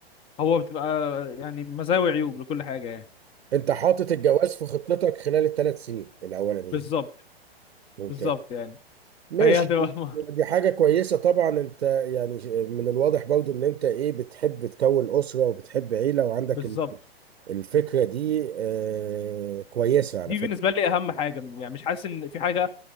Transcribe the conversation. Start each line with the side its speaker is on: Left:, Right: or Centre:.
Left: هو بتبقى يعني مزايا وعيوب لكل حاجه يعني
Right: أنت حاطط الجواز في خطتك خلال الثلاث سنين الأولانيين
Left: بالظبط
Right: ممتاز
Left: بالظبط يعني
Right: ماشي
Left: فهي هتبقى م-
Right: دي
Left: <laughs>
Right: حاجة كويسة طبعا أنت يعني من الواضح برضو إن أنت إيه بتحب تكون أسرة وبتحب عيلة وعندك
Left: بالظبط
Right: ال- الفكرة دي آه كويسة على
Left: دي
Right: فكرة
Left: بالنسبه لي اهم حاجه يعني مش حاسس ان في حاجه